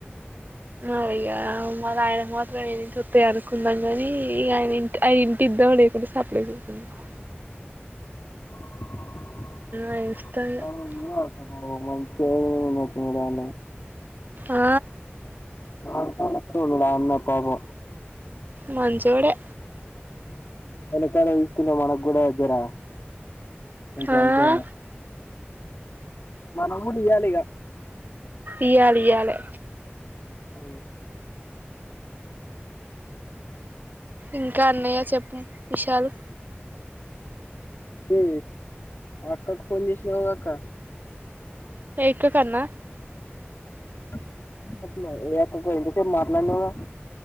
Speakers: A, on the right (about 45°); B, on the left (about 60°).
A: మరిగా మరాయన మాత్రం ఏ <unintelligible> అనుకుందాం గాని, ఇగ ఆయన ఇంటి ఆయన ఇంటి. డోర్ తీయకుంటే సప్పుడు కాకుండా కూర్చుందాం.
B: అరే <unintelligible>
A: ఆయన ఇస్తాడు ఇగ
B: <unintelligible> ఇంగా చూడాలి.
A: ఆ
B: <unintelligible> ఆయమ్మ పాపం.
A: మంచోడే
B: మునక్కాయలు తీసుకున్న మనకు కూడా జరా కొంచం.
A: ఆ
B: <unintelligible> మనక్కూడా ఇయ్యాలిగా.
A: ఇయాల ఇయాలే
B: అ
A: ఇంకా అన్నయ్య చెప్ప విషయాలు.
B: ఏ అక్కకు ఫోన్ చేసినావుగాక్క.
A: <unintelligible> కన్నా
B: <inaudible> <unintelligible> ఇంతసేపు మాట్లాడినావుగా.